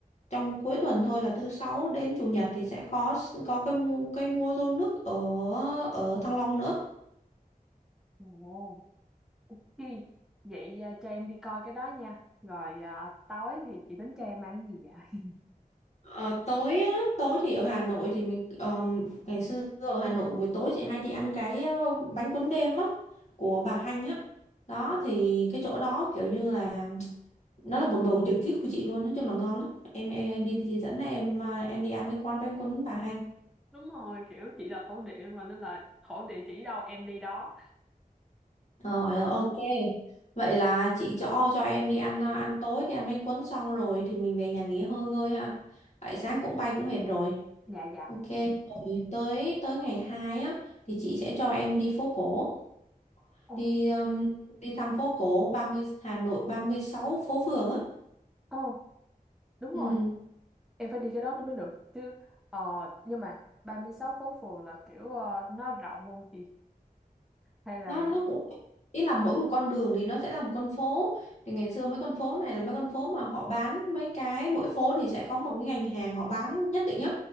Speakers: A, on the left; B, in the centre.
A: trong cuối tuần thôi là thứ sáu đến chủ nhật thì sẽ có có cái mua cây mua rô nước ở ở Thăng Long nữa
B: Ồ. Chị, vậy à, cho em đi coi cái đó nha. Rồi à, tối thì chị tính cho em ăn gì vậy?
A: Ờ, tối á, tối thì ở Hà Nội thì mình ờm, ngày xưa ở Hà Nội buổi tối chị hay đi ăn cái ờ, bánh cuốn đêm á của bà Hanh á đó thì cái chỗ đó kiểu như là nó là một bầu trời kiếp của chị luôn nói chung là ngon lắm em em, em đi thì chị dẫn em à, em đi ăn cái quán bánh cuốn bà Hanh
B: <laughs> Đúng rồi, kiểu chị là thổ địa mà nên là thổ địa chỉ đâu em đi đó.
A: Rồi, ok. Vậy là chị cho cho em đi ăn à, ăn tối đi ăn bánh cuốn xong rồi thì mình về nhà nghỉ hơi ngơi ha. Tại sáng cũng bay cũng mệt rồi.
B: Dạ dạ.
A: Ok, rồi tới tới ngày 2 á thì chị sẽ cho em đi phố cổ,
B: Ồ,
A: đi um, đi thăm phố cổ 30 Hà Nội 36 phố phường á.
B: ồ, đúng rồi,
A: Ừ,
B: em phải đi cái đó tôi mới được chứ. Ờ, nhưng mà 36 phố phường là kiểu ờ, nó rộng không chị? Hay là
A: nó nó cũng ý là mỗi một con đường thì nó sẽ là một con phố thì ngày xưa mấy con phố này là mấy con phố mà họ bán mấy cái mỗi phố thì sẽ có một cái ngành hàng họ bán nhất định nhá